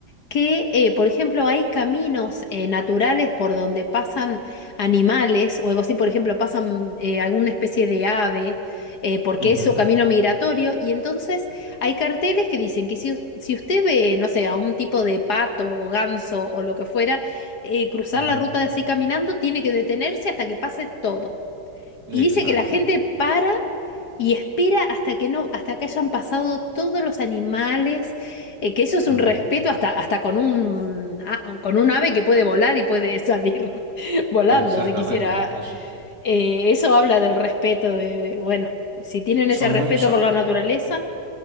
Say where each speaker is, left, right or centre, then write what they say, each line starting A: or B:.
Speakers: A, on the left; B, on the right.
A: que, eh, por ejemplo, hay caminos eh, naturales por donde pasan animales o algo así, por ejemplo, pasan eh, alguna especie de ave eh, porque
B: Ujú,
A: es su camino migratorio y entonces hay carteles que dicen que si, us- si usted ve, no sé, a un tipo de pato o ganso o lo que fuera eh, cruzar
B: ujú.
A: la ruta así caminando, tiene que detenerse hasta que pase todo. Y
B: Exacto.
A: dice que la gente para y espera hasta que no, hasta que hayan pasado todos los animales, eh, que eso es un
B: Ujú.
A: respeto hasta, hasta con un, a- con un ave que puede volar y puede salir <laughs> volando
B: Exactamente.
A: si quisiera.
B: O sea,
A: Eh, eso habla del respeto de, bueno, si tienen
B: son
A: ese respeto
B: muy, son,
A: por la naturaleza.